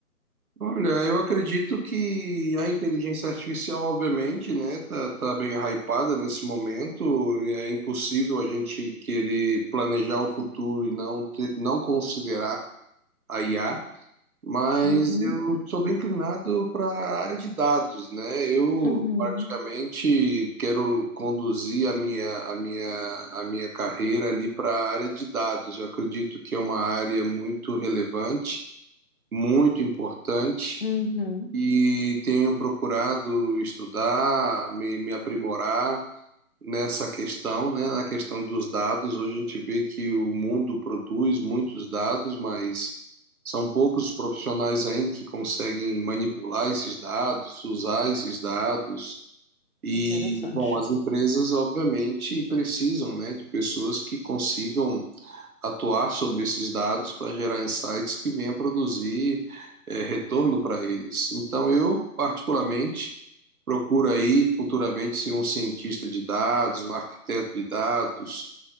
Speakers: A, on the right; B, on the left.
A: Olha, eu acredito que a inteligência artificial, obviamente, né, tá, tá bem hypada nesse momento. É impossível a gente querer planejar o futuro e não, ter- não considerar a IA, mas
B: Uhum,
A: eu sou bem inclinado para a área de dados, né? Eu
B: uhum,
A: praticamente quero conduzir a minha, a minha, a minha carreira ali para a área de dados. Eu acredito que é uma área muito relevante, muito importante,
B: uhum.
A: e tenho procurado estudar, me, me aprimorar nessa questão, né, na questão dos dados. Hoje a gente vê que o mundo produz muitos dados, mas são poucos os profissionais ainda que conseguem manipular esses dados, usar esses dados. E,
B: Interessante.
A: bom, as empresas, obviamente, precisam, né, de pessoas que consigam atuar sobre esses dados para gerar insights que venham produzir é, retorno para eles. Então, eu, particularmente, procuro aí futuramente ser um cientista de dados, um arquiteto de dados,